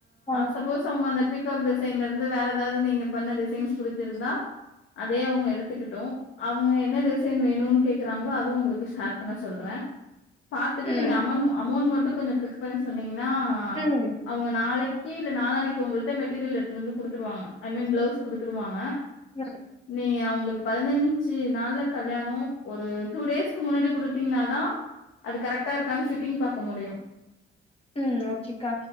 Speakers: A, on the left; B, on the left.
A: ஆ
B: சப்போஸ் அவுங்க அந்த பீக்காக் டிசைன்லேருந்து வேற எதாவ்து நீங்க பண்ண டிசைன்ஸ் புடிச்சிருந்தா அதே அவுங்க எடுத்துக்கிட்டு அவுங்க என்ன டிசைன் வேணுன் கேக்குறாங்களோ அதுவு உங்களுக்கு ஷேர் பண்ண சொல்றே பாத்துட்டு
A: ம்
B: நீங்க அமண்ட் அமௌண்ட் மட்டு கொஞ்சொ ஃபிக்ஸ் பண்ணி சொன்னீங்கன்னா
A: ம்
B: அவுங்க நாளைக்கி இல்ல நாளானக்கி ஒங்கள்ட்ட மெட்டீரியல் எடுத்துட்டு வந்து குடுத்துருவாங்க ஐ மீன் ப்ளவுஸ் குடுத்துருவாங்க
A: மர்
B: நீங்க அவுங்களுக்கு பதினஞ்சு நாள்ல கல்யாணோ ஒரு டூ டேஸ்க்கு முன்னாடி குடுத்தீங்ன்னாதா அது கரக்டா இருக்கான்னு ஃபிட்டிங் பாக்க முடியு
A: ம் ஓகேக்கா